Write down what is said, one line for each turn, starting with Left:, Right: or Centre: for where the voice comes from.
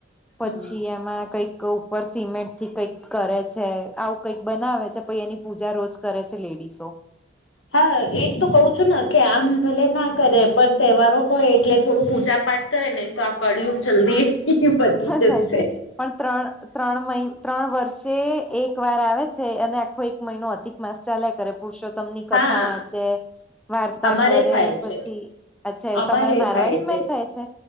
Centre: પછી
Left: હમ
Centre: એમાં કઈક ઉપર સિમેન્ટ થી કઈક કરે છે આવું કઈક બનાવે છે. પછ એની પૂજા રોજ કરે છે લેડીસો <inaudible> <unintelligible>
Left: હા એજ તો કું છું ને કે આમ ભલે ના કરે પણ તહેવારો હોય એટલે થોડું પૂજા પાઠ અરે નહીં તો આ ક્યું જલ્દી વધી જશે
Centre: સાજે પણ ત્રણ ત્રણ મહિ- ત્રણ વર્ષે એક વાર આવે છે. અને આખો એક મહિનો અધિક માસ ચાલ્યા કરે પુરુષો તમની કથા
Left: હા
Centre: વાંચે વાર્તા
Left: અમારે
Centre: કરે
Left: થાય
Centre: પછી
Left: છે
Centre: અચ્છા એવું
Left: અમારે
Centre: તમારે મારવાડી
Left: થાય
Centre: માંય થાય છે.